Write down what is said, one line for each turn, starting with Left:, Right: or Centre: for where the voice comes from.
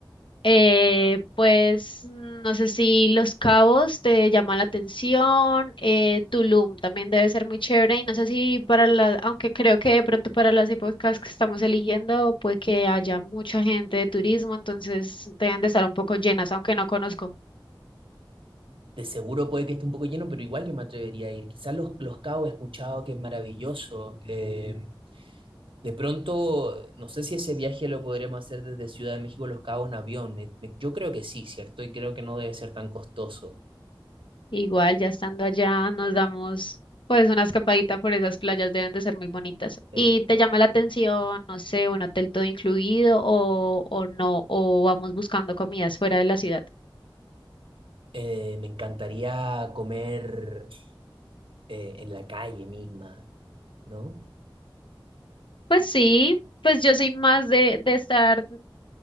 Left: Eh, pues mm, no sé si Los Cabos te llama la atención, eh, Tulum también debe ser muy chévere y no sé si para la, aunque creo que de pronto para las épocas que estamos eligiendo puede que haya mucha gente de turismo, entonces deben de estar un poco llenas, aunque no conozco.
Right: De seguro puede que esté un poco lleno, pero igual yo me atrevería a ir. Quizás los, los Cabos he escuchado que es maravilloso. eh, De pronto, no sé si ese viaje lo podríamos hacer desde Ciudad de México a Los Cabos en avión. Me- me- yo creo que sí, ¿cierto? Y creo que no debe ser tan costoso.
Left: Igual, ya estando allá, nos damos pues una escapadita por esas playas, deben de ser muy bonitas.
Right: Eh,
Left: ¿Y te llama la atención, no sé, un hotel todo incluido o, o no, o vamos buscando comidas fuera de la ciudad?
Right: eh, me encantaría comer eh, en la calle misma, ¿no?
Left: Pues sí, pues yo soy más de, de estar